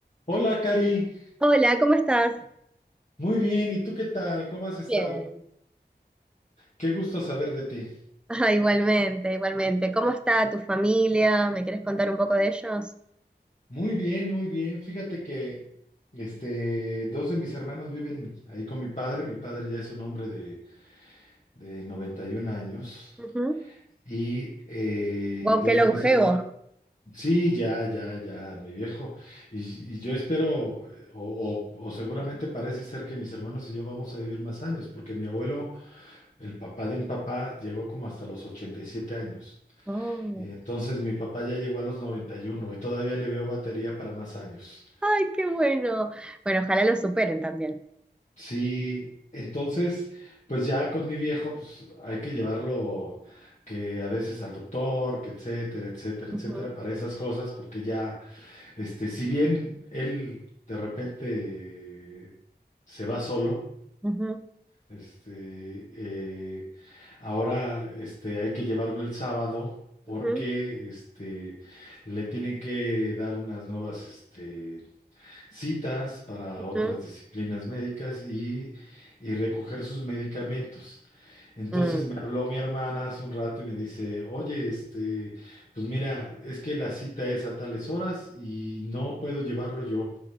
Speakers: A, on the left; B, in the centre.
A: Hola, Cari.
B: Hola, ¿cómo estás?
A: Muy bien, ¿y tú qué tal? ¿Cómo has estado?
B: Bien.
A: Qué gusto saber de ti.
B: Ah, igualmente, igualmente. ¿Cómo está tu familia? ¿Me quieres contar un poco de ellos?
A: Muy bien, muy bien. Fíjate que este, dos de mis hermanos viven ahí con mi padre. Mi padre ya es un hombre de, de 91 años.
B: Ujú.
A: Y eh,
B: Guau,
A: dos
B: qué longevo.
A: de mis hermanos. Sí, ya, ya, ya, mi viejo. Y, y yo espero, eh, o, o o seguramente parece ser que mis hermanos y yo vamos a vivir más años, porque mi abuelo, el papá de mi papá, llegó como hasta los 87 años.
B: Oh,
A: Y entonces mi papá ya llegó a los 91 y uno y todavía le veo batería para más años.
B: Ay, qué bueno. Bueno, ojalá lo superen también.
A: Sí, entonces, pues ya con mi viejo, pues hay que llevarlo que a veces al doctor, que etcétera, etcétera,
B: Ujú,
A: etcétera, para esas cosas, porque ya, este, si bien él de repente se va solo,
B: ujú,
A: este, eh, ahora, este, hay que llevarlo el sábado porque,
B: ujú,
A: este, le tienen que dar unas nuevas, este, citas para
B: ujú.
A: otras disciplinas médicas y, y recoger sus medicamentos. Entonces
B: Mm,
A: me habló mi hermana hace un rato y me dice, oye, este, pues mira, es que la cita es a tales horas y no puedo llevarlo yo.